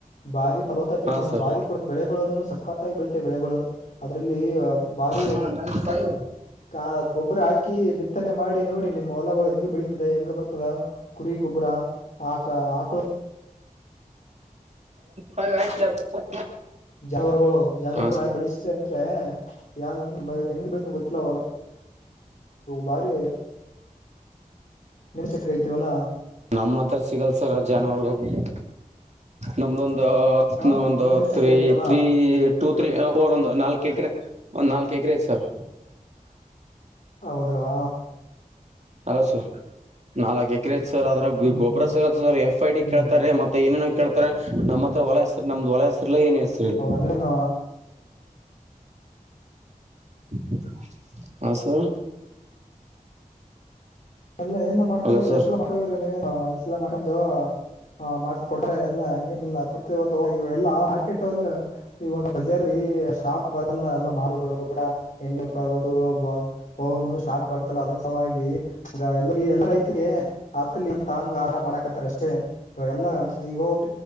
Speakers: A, on the left; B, on the right.
A: ಬಾರಿ ಫಲವತ್ತ.
B: ಹಾ ಸರ್
A: ಬಾರಿ ಕುಡತ ಬೆಳೆಗಳನ್ನು ಸಕ್ಕತ್ತಾಗಿ ಬೆಳಿತವೆ ಬೆಳೆಗಳು ಅದ್ರಲ್ಲಿ ಬಾರಿ
B: ಹಾ ನನ್ ಫೈವ್
A: ಕ ಗೊಬ್ಬರ ಹಾಕಿ. ಬಿತ್ತನೆ ಮಾಡಿ ನೋಡಿ ನಿಮ್ಮ್ ಹೊಲಗಳು ಹೆಂಗ್ ಬಳತಿದೆ ಹೆಂಗ್ ಬರ್ತ. <unintelligible> ಕುರಿ ಗೊಬ್ಬರ ಆಕ ಆಕಳ.
B: ಫೈವ್ ಆಯ್ತು
A: ಜಾನವರುಗಳು ಜಾನ ಗೊಬ್ಬರ
B: ಹಾ
A: ಹಾಕಿ ಬೆಳಸಿದೆ ಅಂದ್ರೆ ಯ ಹೆಂಗ ಬೆಳೀತಾವ್ ಗೊತ್ತಿಲ್ಲ ಆಹೊಲ ಬಾರಿ ನಿಮ್. ತ್ತೆವಲ.
B: ನಮ್ಮ ಹತ್ರ ಸಿಗಲ್ ಸರ್ ಜಾನುವಾರುಗಳು ನಮ್ದೊಂದು. <unintelligible>
A: ಹ
B: ಒಂದು
A: ನಿಮ್ದ ಎಷ್ಟ್
B: ತ್ರೀ
A: ಎಕರೆ ಐತಿ ಹೊಲ
B: ತ್ರೀ ಟೂ ತ್ರೀ ಫೋರ್ ಒಂದು ನಾಲ್ಕ ಎಕರೆ ಒಂದ್ ನಾಲ್ಕ. ಕೇಕ್ರೆ ಸರ್.
A: ಹೌದ್ರಾ
B: ಅಲಸುಯ್ ನಾಲ್ಕ ಎಕರೆ ಸರ್ ಅದ್ರ ಗೋ
A: ಹ್ಮ್
B: ಗೊಬ್ರ
A: ಹ್ಮ್
B: ಸರ್ ಎಫ್ ಐ ಡಿ
A: ಹ್ಮ್
B: ಕೇಳ್ತಾರೆ ಮತ್ತೆ ಏನೇನು ಕೇಳ್ತಾರೆ ನಮ್ಮ ಹತ್ರ ಹೊಲ ಹೆಸರ್ ನಮ್ದ. ಹೊಲ ಹೆಸ್ರಲ್ ಏನ ಹೆಸ್ರೇಲ್.
A: ಹೌದಂದ್ರೇನು
B: <inaudible> ಹಾ ಸರ್
A: ಎಲ್ಲ ಏನ್ ಮಾಡ್ಕಬೇಕ್
B: ಅಲ್ಲ ಸರ್
A: ಹೆಸ್ರು <unintelligible> ನೀವೇನ್. ಹ ಹೆಸಲ ಮಾಡ್ಕಂಡು ಹಾ ಮಾಡ್ಸ್ ಕೊಟ್ರೆ ಎಲ್ಲಾ ಹಂಗೆ. ಇಲ್ಲ ಕೊಡ್ತೇವತ್ತು ಎಲ್ಲಾ ಮಾರ್ಕೆಟ್ ಅಲ್ಲಿ ಇವಾಗ ಬಜಾರಿಲಿ ಸ್ಟಾಕ್ ಬರ್. ಎಲ್ಲ ಎಲ್ಲ ಮಾಲುಗಳು ಒಬ್ರ. <unintelligible> ಸ್ಟಾಕ್ ಬರ್ತಲ್ಲ ಆದ್ರೂ ಸಲ್ವಾಗಿ. ಈಗ ಎಲ್ಲ ಎಲ್ಲ ರೈತರಿಗೆ ಆತ್ತಲ್ಲಿ ಅಂತ ಹಂಗ ಆರಾಮ ಮಾಡಕತ್ತಾರ ಅಷ್ಟೇ ಇವಾಗೆಲ್ಲಾ ಈಒ.